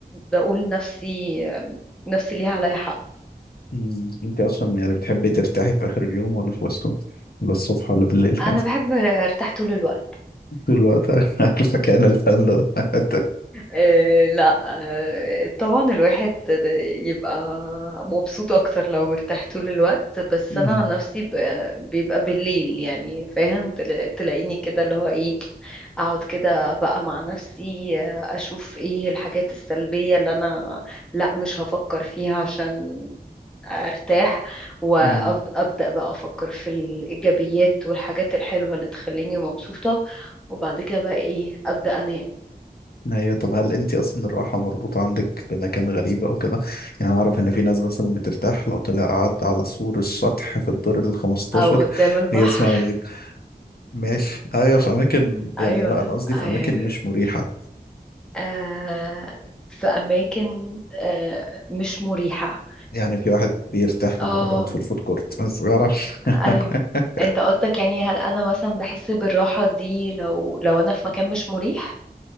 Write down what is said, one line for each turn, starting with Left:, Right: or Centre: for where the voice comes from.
Centre: بقول نفسي آه، نفسي ليها عليا حق
Left: أمم. انت اصلا يعني بتحبي ترتاحي في اخر اليوم ولا في وسطه؟ ولا الصبح ولا بالليل كان
Centre: انا بحب ارتاح طول الوقت
Left: طول الوقت <laughs> عارفه كان الفن ده <laughs>
Centre: آه، لا آه، طبعا الواحد د- يبقى مبسوط اكتر لو مرتاح طول الوقت بس
Left: أمم.
Centre: انا عن نفسي ب- بيبقى بالليل يعني فاهم تلا- تلاقيني كده اللي هو ايه اقعد كده بقى مع نفسي آه، اشوف ايه الحاجات السلبية اللي انا لا مش هفكر فيها عشان ارتاح وابدا
Left: أمم.
Centre: بقى افكر في الايجابيات والحاجات الحلوة اللي تخليني مبسوطة وبعد كده بقى ايه ابدا انام
Left: ايوه طب هل انت اصلا الراحه مربوطه عندك بمكان غريب او كده يعني اعرف ان في ناس مثلا بترتاح لو طلع قعد على سور السطح في الدور ال 15
Centre: او قدام البحر
Left: يسمع مزيكا ماشي ايوه في اماكن يعني
Centre: ايوه
Left: لا، انا قصدي
Centre: آه
Left: في اماكن مش مريحه
Centre: آه في اماكن آه مش مريحه
Left: يعني في واحد بيرتاح
Centre: اه
Left: لما يروح يقعد في الفود كورت بس ما يعرفش <laughs>
Centre: ايوه انت قصدك يعني هل انا مثلا بحس بالراحه دي لو لو انا في مكان مش مريح